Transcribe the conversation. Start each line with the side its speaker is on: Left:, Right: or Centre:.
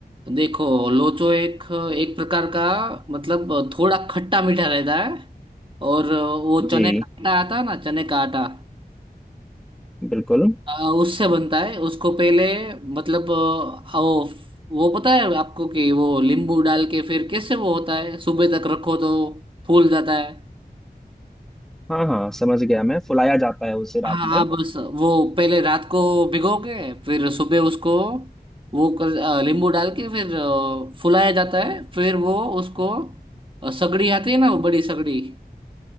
Right: देखो लोचो एक एक प्रकार का मतलब थोड़ा खट्टा मीठा रहता है और वो चने
Centre: जी
Right: का आटा आता है ना चने का आटा
Centre: बिल्कुल
Right: अ, उससे बनता है उसको पहले मतलब अ, वो वो पता है आपको कि वो नींबू डाल के फिर कैसे वो होता है सुबह तक रखो तो फूल जाता है
Centre: हाँ हाँ समझ गया मैं फुलाया जाता है उसे रात
Right: हाँ
Centre: भर
Right: हाँ बस वो पहले रात को भिगो के फिर सुबह उसको वो कर अ, नींबू डाल के फिर अ, फुलाया जाता है फिर वो उसको अ, सगड़ी आती है ना वो बड़ी सगड़ी